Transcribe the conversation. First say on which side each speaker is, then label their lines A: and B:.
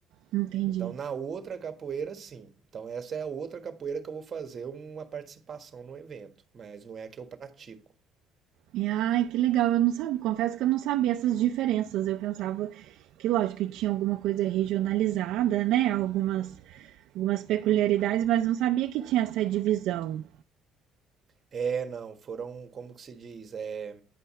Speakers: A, on the right (about 70°); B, on the right (about 35°).
A: Entendi.
B: Então, na outra capoeira, sim. Então, essa é a outra capoeira que eu vou fazer uma participação no evento, mas não é a que eu pratico.
A: E, Ai, que legal, eu não sabia, confesso que eu não sabia essas diferenças. Eu pensava que, lógico, que tinha alguma coisa regionalizada, né? Algumas, algumas peculiaridades, mas não sabia que tinha essa divisão.
B: É, não, foram, como que se diz, é,